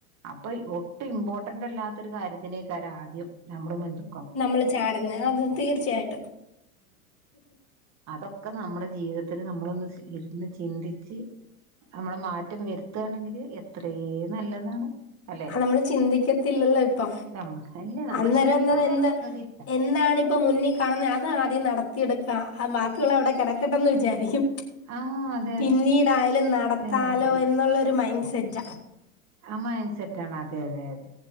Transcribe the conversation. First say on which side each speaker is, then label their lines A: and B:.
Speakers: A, on the right (about 35°); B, on the left (about 30°).
A: അപ്പൊ ഒട്ടും ഇമ്പോർട്ടന്റ് അല്ലാത്തൊരു കാര്യത്തിനേക്കാരം ആദ്യം നമ്മൾ മുന്ന്തു
B: നമ്മള് ചാട്ന്നെ അത് തീർച്ചയായിട്ടും
A: അതൊക്ക നമ്മ്ടെ ജീവിതത്തില് നമ്മളൊന്ന് ഇര്ന്ന് ചിന്തിച്ച് നമ്മള് മാറ്റം വര്ത്താണെങ്കില് എത്രേ നല്ലതാണ് അല്ലെ
B: ആഹ് നമ്മള് ചിന്തിക്കത്തില്ലല്ലൊ ഇപ്പൊ
A: നമ്മ അല്ലേ നമ്മ
B: അന്നേരം
A: ചിന്താന്ന്
B: അന്നേരം എന്ത
A: പറഞ്ഞ സംഗതി
B: എന്താണ് ഇപ്പൊ മുന്നി കാണ്ന്നെ അത് ആദ്യം നടത്തിയെടുക്ക ബാക്കിയുള്ള അവിടെ കിടക്കെട്ടെന്ന് വിചാരിക്കും
A: ആഹ് അതെ
B: പിന്നീടായാലും
A: അതെ
B: നടത്താലോ
A: അതെ അതെ
B: എന്നുള്ളൊര് മൈൻഡ്സെറ്റ
A: ആഹ് മൈൻസെറ്റാണ് അതെ അതെ അതെ